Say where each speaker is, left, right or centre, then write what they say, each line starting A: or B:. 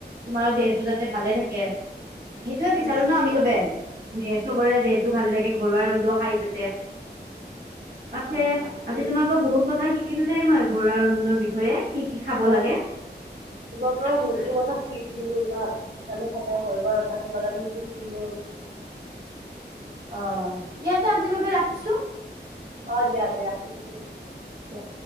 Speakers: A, on the right; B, on the right.
A: তোমাৰ দেহটো যাতে ভালে থাকে। সেইটোয়ে বিচাৰো
B: নিশ্চয়
A: ন আমি চবে। উম' চবৰে দেহটো ভালে থাকে, ঘৰুৱা ৰন্ধা খাই যাতে। পাছে
B: হয় হয়
A: আজি তোমাৰ পৰা বহুত কথা শিকিলো দেই মই, ঘৰুৱা ৰন্ধনৰ বিষয়ে। কি-কি খাব
B: হয়
A: লাগে?
B: তোমাৰ পৰা বহুতো কথা শিকিলো বা আমি সদায় ঘৰুৱা ৰন্ধা খাব লাগে সেইটো শিকিলোঁ।
A: অ, দিয়া দে আজিৰ বাবে ৰাখিছোঁ।
B: অ, দিয়া-দিয়া, ৰাখিছো দিয়া।
A: কিয়?